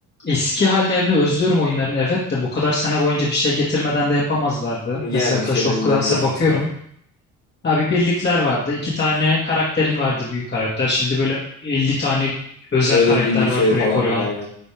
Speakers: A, on the left (about 30°); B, on the left (about 50°).
A: eski hallerini özlüyorum oyunların. Evet de bu kadar sene boyunca bir şey getirmeden de yapamazlardı.
B: Yani
A: Mesela
B: bir şeyler
A: Clash of
B: illaki
A: Clans'a
B: değişmesi
A: bakıyorum.
B: lazım.
A: Abi birlikler vardı. İki tane karakterin vardı büyük karakter. Şimdi böyle 50 tane özel
B: Evet
A: karakter
B: evet, birlik
A: var
B: şey
A: kule
B: falan
A: koruyan.
B: var aynen.